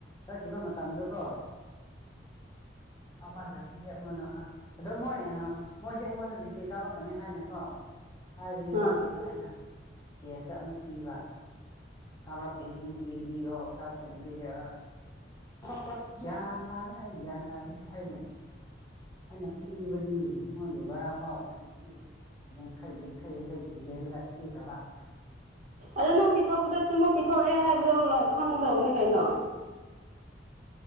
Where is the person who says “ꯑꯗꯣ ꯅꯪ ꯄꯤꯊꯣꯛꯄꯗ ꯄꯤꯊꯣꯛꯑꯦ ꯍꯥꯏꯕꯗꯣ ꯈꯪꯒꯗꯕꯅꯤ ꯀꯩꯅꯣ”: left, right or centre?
Right